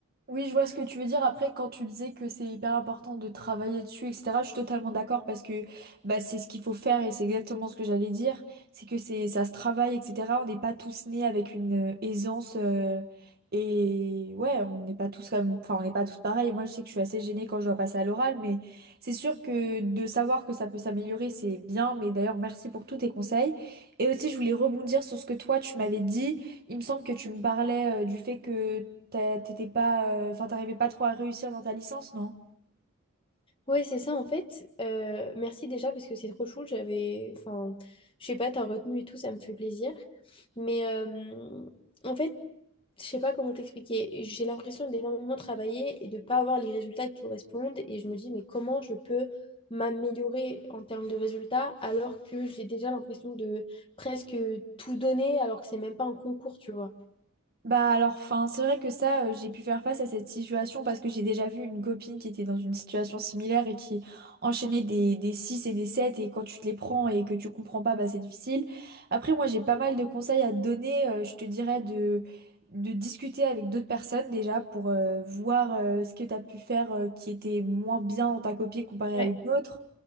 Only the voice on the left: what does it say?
Ouais, c'est ça en fait. Euh, merci déjà parce que c'est trop chou. J'avais, enfin, je sais pas, t'as retenu et tout, ça me fait plaisir. Mais euh, en fait, je sais pas comment t'expliquer. J'ai l'impression d'énormément travailler et de pas avoir les résultats qui correspondent. Et je me dis, mais comment je peux m'améliorer en termes de résultats alors que j'ai déjà l'impression de presque tout donner alors que c'est même pas un concours, tu vois.
Ouais.